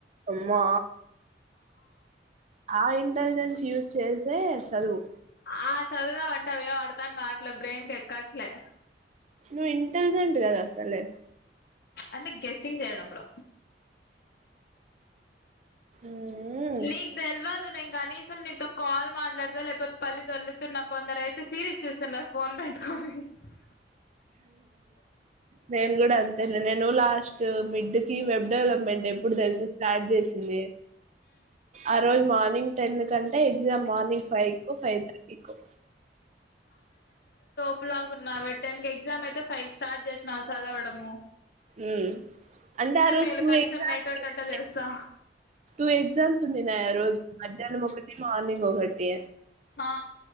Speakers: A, on the right (about 40°); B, on the left (about 60°).
A: అమ్మా ఆ ఇంటలిజెన్స్ చూస్ చేసే సదువు
B: ఆ సాధువుదామంటే అవి ఏం అర్ధం కట్లే బ్రెయిన్క్ ఎక్కట్లే
A: నువ్ ఇంటలిజెట్ కదా అసలే
B: అంటే గేసింగ్ చేయడంలో
A: మ్మ్
B: నీకు దేల్వదు నే కనీసం నీతో కాల్ మాట్లాడతా లేకపోతే పల్లి దోల్లుతున్న కొందరైతే సీరిస్ చూస్తున్నారు ఫోన్ పెట్టుకొ <unintelligible>
A: నేను కూడ అంతే నేను లాస్ట్ మిడ్కి వెబ్ డెవలప్మెంట్ ఎప్పుడు తెలుసా స్టార్ట్ చేసిందే ఆ రోజు మార్నింగ్ టెన్ కంటే ఎగ్జామ్ మార్నింగ్ ఫైవ్కొ ఫైథర్టీకొ
B: ప్పులాగున్నావే టెన్కి ఎగ్జామ్ అయితే ఫైవ్ స్టార్ట్ చేసినా సదవడము
A: హ్మ్ అంటే ఆ రోజు
B: మేలు
A: టూ
B: కనీసం
A: ఎగ్జామ్స్
B: నైట్ అవుట్
A: ఉండే
B: అట్లా చేస్తా
A: టూ ఎగ్జామ్స్ ఉనింనాయ్ ఆ రోజు మధ్యాహ్నం ఒకటి మార్ని నింగ్ ఒకటే
B: ఆ